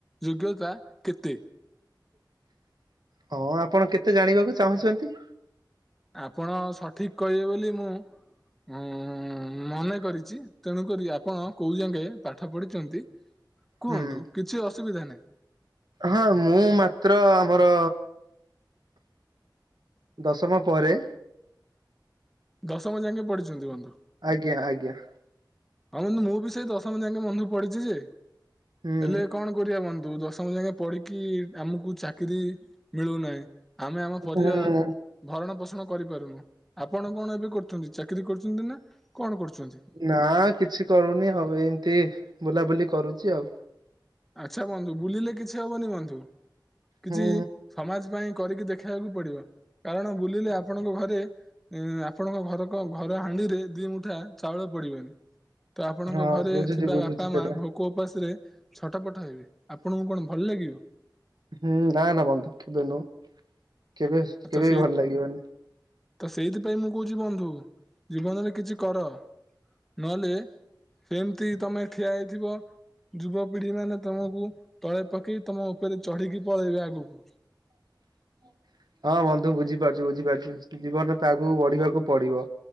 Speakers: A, in the centre; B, on the right.
A: ଯୋଗ୍ୟତା କେତେ?
B: <inaudible> ହଁ ଆପଣ କେତେ ଜାଣିବାକୁ ଚାହୁଁଛନ୍ତି।
A: ଆପଣ ସଠିକ କହିବେ ବୋଲି ମୁଁ ଉଁ ମନେ କରିଛି ତେଣୁକରି ଆପଣ କୋଉ ଯାଗେ ପାଠ ପଢିଛନ୍ତି। କୁହନ୍ତୁ
B: ହୁଁ
A: କିଛି ଅସୁବିଧା ନାହିଁ
B: ହଁ ମୁଁ ମାତ୍ର ଆମର ଦଶମ ପରେ।
A: ଦଶମ ଯାକେ ପଢିଛନ୍ତି ବନ୍ଧୁ।
B: ଆଜ୍ଞା ଆଜ୍ଞା।
A: ହଉ ବୁ ମୁଁ ବି ସେଇ ଦଶମ ଯାକେ ବନ୍ଧୁ ପଡିିଛି ଯେ
B: ହୁଁ
A: ହେଲେ କଣ କରିବା ବନ୍ଧୁ ସମୟ ଯକେ ପଢିକି ଆମକୁ ଚାକିରି ମିଳୁନାହିଁ। ଆମେ ଆମ ପରିବାର
B: ହୁଁ
A: ଭରଣ ପୋଷଣ କରିପାରୁନୁ ଆପଣ କଣ ଏବେ କରୁଛନ୍ତି ଚା ଚାକିରୀ କରୁଛନ୍ତି ନା କଣ କରୁଛନ୍ତି।
B: ନା କିଛି କରୁନି ହଉ ଏମତି ବୁଲାବୁଲି କରୁଛି ଆଉ।
A: ଆଚ୍ଛା ବନ୍ଧୁ ବୁଲିଲେ କିଛି ହବନି ବନ୍ଧୁ, କିଛି
B: ହୁଁ
A: ସମାଜ ପାଇଁ କରିକି ଦେଖେଇବାକୁ ପଡିବ କାରଣ ବୁଲିଲେ ଆପଣଙ୍କ ଘରେ ଆପଣଙ୍କ ଘର ଘର ହାଣ୍ଡିରେ ଦି ମୁଠା ଚାଉଳ ପଡିବନି ତ ଆପଣଙ୍କ
B: ହଁ
A: ଘରେ
B: ବୁଝୁଛି
A: ଥିବା
B: ବୁଝୁଛି
A: ବାପା
B: ସେଟା
A: ମା ଭୋକ ଉପାସରେ ଛଟ ପଟ ହେବେ, ଆପଣଙ୍କୁ କଣ ଭଲ ଲାଗିବ?
B: ହୁଁ ନା ନା ବନ୍ଧୁ କେବେ ନୁହଁ କେବେ କେବେ
A: ତ ସେଇ
B: ବି ଭଲ ଲାଗିବନି
A: ତ ସେଇଥିପାଇଁ ମୁଁ କହୁଛି ବନ୍ଧୁ ଜୀବନରେ କିଛି କର ନହେଲେ ସେମିତି ତମେ ଠିଆ ହେଇଥିବ ଯୁବ ପିଢି ମାନେ ତମକୁ ତଳେ ପକେଇ ତମ ଉପରେ ଚଢିକି ପଳେଇବେ ଆଗକୁ।
B: <inaudible> ହଁ ବନ୍ଧୁ ବୁଝିପାରୁଛୁ ବୁଝିପାରୁଛୁ ଜୀବନରେ ତାକୁ ବଢିବାକୁ ପଡିବ